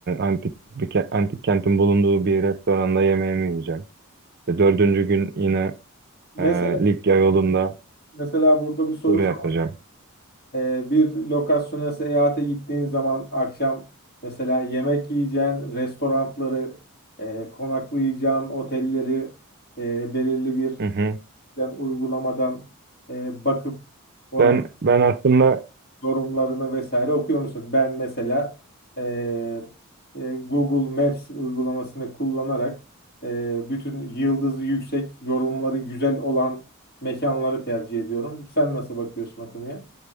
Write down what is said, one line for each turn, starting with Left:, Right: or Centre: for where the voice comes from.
Right: antik bir ke- antik kentin bulunduğu bir restoranda yemeğimi yiyeceğim. Ve dördüncü gün yine
Left: Mesela
Right: e, Likya yolunda
Left: mesela burada bir soru
Right: tur yapacağım.
Left: sor. Ee, bir lokasyona seyahate gittiğin zaman akşam mesela yemek yiyeceğin restoranları, e, konaklayacağın otelleri e, belirli bir
Right: Hı hı.
Left: yani uygulamadan e, bakıp oranın
Right: Ben ben aslında
Left: yorumlarını vesaire okuyor musun? Ben mesela e, e, Google Maps uygulamasını kullanarak e, bütün yıldızı yüksek, yorumları güzel olan mekanları tercih ediyorum. Sen nasıl bakıyorsun o konuya?